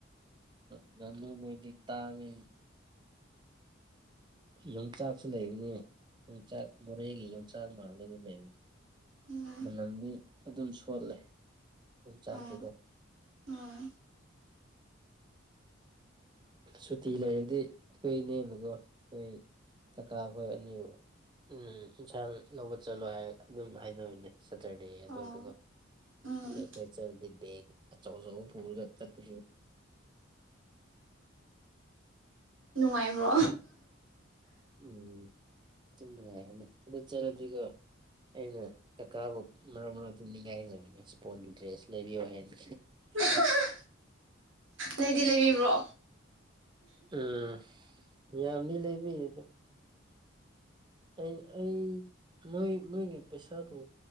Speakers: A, on the right; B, on the right.
A: ꯉꯥꯅꯨ ꯃꯣꯏꯗꯤ ꯇꯥꯡꯉꯤ ꯌꯣꯡꯆꯥꯛꯁꯨ ꯂꯩꯕꯅꯦ ꯌꯣꯡꯆꯥꯛ ꯃꯣꯔꯦꯒꯤ ꯌꯣꯡꯆꯥꯛ ꯃꯂ ꯑꯗꯨ ꯂꯩꯕꯅꯦ
B: ꯎꯝ
A: ꯃꯅꯝꯗꯤ ꯑꯗꯨꯝ ꯁꯣꯜꯂꯦ ꯌꯣꯡꯆꯥꯛꯇꯤ
B: ꯑꯣ
A: ꯀꯣ
B: ꯎꯝ
A: ꯁꯨꯇꯤ ꯂꯩꯔꯗꯤ ꯀꯈꯣꯏ ꯏꯅꯦꯅꯀꯣ ꯑꯩꯈꯣꯏ ꯀꯥꯀꯥ ꯑꯩꯈꯣꯏ ꯑꯅꯤ ꯎꯝ ꯏꯟꯁꯥꯡ ꯂꯧꯕ ꯆꯠꯂꯣꯏ ꯍꯥꯏꯔ ꯑꯗꯨꯝ ꯍꯥꯏꯅꯕꯅꯦ ꯁꯇꯔꯗꯦ ꯑꯗꯨꯋꯥꯏꯗꯨꯒ
B: ꯑꯣ ꯎꯝ
A: ꯑꯗ ꯈꯣꯏ ꯆꯠꯂꯗꯤ ꯕꯦꯒ ꯑꯆꯧ ꯑꯆꯧꯕ ꯄꯨꯔꯒ ꯆꯠꯀ
B: ꯅꯨꯡꯉꯥꯏꯕ꯭ꯔꯣ
A: ꯎꯝ ꯆꯨꯝꯃ ꯆꯂꯗꯤꯒ ꯑꯩꯅ ꯀꯀꯥꯕꯨ ꯃꯔꯛ ꯃꯔꯛꯇ ꯅꯤꯡꯉꯥꯏꯕꯅꯦ ꯏꯁꯄꯣꯔꯠꯕꯨ ꯗ꯭ꯔꯦꯁ ꯂꯩꯕꯤꯌꯣ ꯍꯥꯏꯅꯤ
B: <unintelligible> ꯂꯩꯗꯤ ꯂꯩꯕꯤꯕ꯭ꯔꯣ
A: ꯎꯝ ꯌꯥꯝꯗꯤ ꯂꯩꯕꯤ ꯑꯗꯣ ꯑꯩ ꯑꯩ ꯃꯣꯏ ꯃꯣꯏꯒꯤ ꯄꯩꯁꯥꯕꯨ